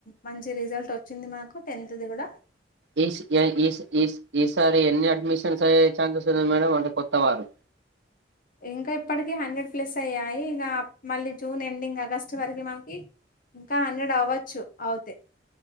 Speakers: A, on the left (about 50°); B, on the right (about 75°).
A: మంచిగా రిజల్ట్ వచ్చింది మాకు టెన్త్ ది గూడా
B: ఈస్ యా ఈస్ ఈస్ ఈసారి ఎన్ని అడ్మిషన్స్ అయ్యే ఛాన్సెస్ ఉంది మేడం అంటే కొత్త వారు
A: ఇంకా ఇప్పటికీ హండ్రెడ్ ప్లస్ అయ్యాయి ఇగా అప్ మళ్ళీ జూన్ ఎండింగ్ అగస్ట్ వరకి మాకి ఇంకా హండ్రెడ్ అవచ్చు ఆవుతే